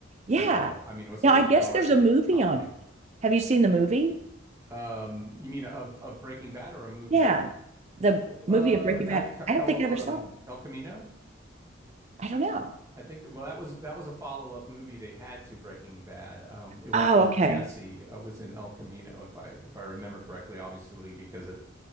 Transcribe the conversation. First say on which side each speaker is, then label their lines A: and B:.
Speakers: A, on the right; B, on the right.
A: Yeah.
B: You know, I mean, it was such
A: Now, I
B: a dark
A: guess there's a movie
B: comedy.
A: on him. Have you seen the movie?
B: Um, you mean of of Breaking Bad or a movie
A: Yeah.
B: of
A: The
B: well,
A: movie
B: uh
A: of Breaking
B: El
A: Bad.
B: Ca-
A: I
B: El
A: don't think I ever
B: um
A: saw it.
B: El Camino?
A: I don't know.
B: I think that, well that was that was a follow-up movie they had to Breaking Bad. Um, it was
A: Oh,
B: just
A: okay.
B: Jesse uh, was in El Camino if I if I remember correctly, obviously because it